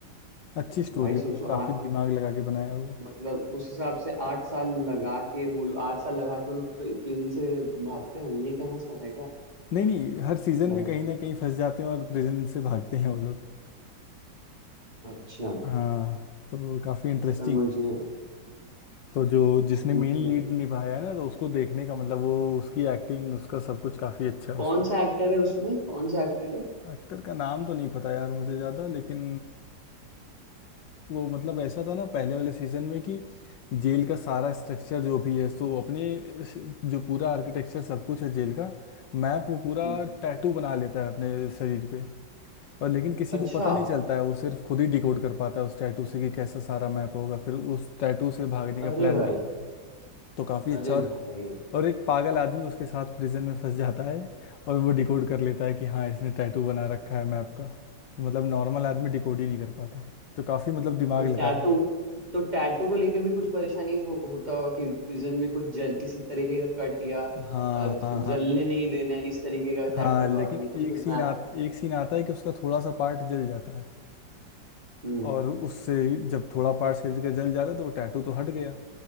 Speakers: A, on the left (about 70°); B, on the right (about 20°).
A: अच्छी स्टोरी
B: भाई
A: है
B: सोचो
A: मतलब काफी दिमाग लगा के बनाया है वो
B: मतलब उस हिसाब से आठ साल लगा के वो लोग आठ साल लगा के वो लोग प्रिजन से भागते हैं ये कहना चाह रहा है क्या
A: नहीं नहीं हर सीजन
B: भाई
A: में कहीं ना कहीं फंस जाते हैं और प्रिजन से भागते हैं वो लोग
B: अच्छा
A: हाँ तो काफी इंटरेस्टिंग
B: समझ
A: है
B: गया
A: तो जो जिसने
B: समझ
A: मेन
B: गया
A: लीड निभाया है ना तो उसको देखने का मतलब वो उसकी एक्टिंग उसका सब कुछ काफी अच्छा है
B: कौन
A: उसमें
B: सा एक्टर है उसमें कौन सा एक्टर है
A: एक्टर का नाम तो नहीं पता यार मुझे ज़्यादा लेकिन वो मतलब ऐसा था ना पहले वाले सीजन में कि जेल का सारा स्ट्रक्चर जो भी है सो अपने स- जो पूरा आर्किटेक्चर सब कुछ है जेल का मैप वो पूरा
B: हम्म,
A: टैटू बना लेता है अपने शरीर पे और लेकिन किसी
B: अच्छा
A: को पता नहीं चलता है वो सिर्फ खुद ही डिकोड कर पाता है उस टैटू से कि कैसा सारा मैप होगा फिर उस टैटू से भागने का
B: अरे
A: प्लान
B: भाई
A: करता है तो काफ़ी अच्छा
B: अरे
A: और
B: भाई
A: और एक पागल आदमी उसके साथ प्रिजन में फंस जाता है और वो डिकोड कर लेता है कि हाँ इसने टैटू बना रखा है मैप का मतलब नॉर्मल आदमी डिकोड ही नहीं कर पाता तो काफी मतलब दिमाग
B: तो टैटू
A: लगाया हुआ
B: तो टैटू को लेके भी कुछ परेशानी हो, होता होगा कि प्रिजन में कुछ जल किसी तरीके का कट या
A: हाँ
B: अ, ज-
A: हाँ हाँ
B: जलने नहीं देना है इस तरीके का टैटू
A: हाँ लेकिन
B: का नहीं तो फिर
A: एक सीन
B: मैं
A: आ एक सीन आता है कि उसका थोड़ा सा पार्ट जल जाता है
B: हम्म
A: और उससे जब थोड़ा पार्ट शरीर का जल जाता है तो वो टैटू तो हट गया